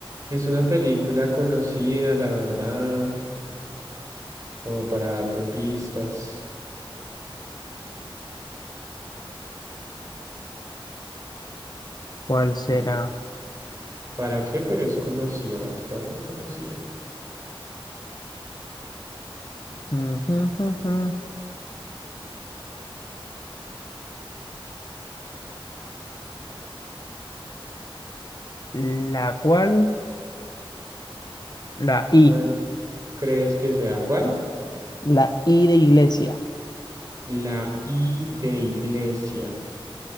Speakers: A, on the right; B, on the left.
A: Es una película conocida, la verdad, como para darte pistas.
B: ¿Cuál será?
A: ¿Y para qué? Pero es conocida, bastante conocida.
B: La, la cual, la I,
A: ¿Cuál crees que sea? ¿Cuál?
B: La I de iglesia.
A: La I de iglesia.